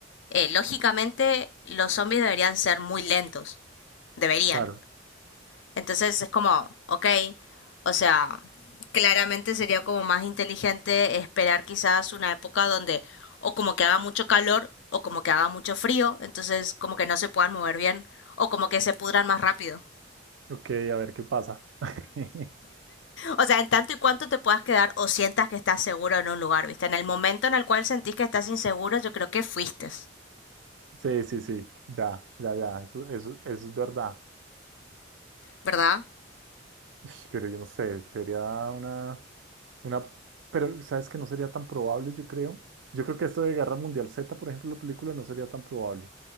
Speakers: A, on the left; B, on the right.
A: eh, lógicamente los zombies deberían ser muy lentos. Deberían.
B: Claro.
A: Entonces es como, ok, o sea, claramente sería como más inteligente esperar quizás una época donde o como que haga mucho calor o como que haga mucho frío, entonces como que no se puedan mover bien o como que se pudran más rápido.
B: Ok, a ver qué pasa. <laughs>
A: O sea, en tanto y cuanto te puedas quedar o sientas que estás seguro en un lugar, ¿viste? En el momento en el cual sentís que estás inseguro, yo creo que fuiste,
B: Sí, sí, sí, ya, ya, ya, eso, eso, eso es verdad.
A: ¿verdad?
B: Ish, Pero yo no sé, sería una, una, pero sabes que no sería tan probable, yo creo. Yo creo que esto de Guerra Mundial Z, por ejemplo, la película no sería tan probable,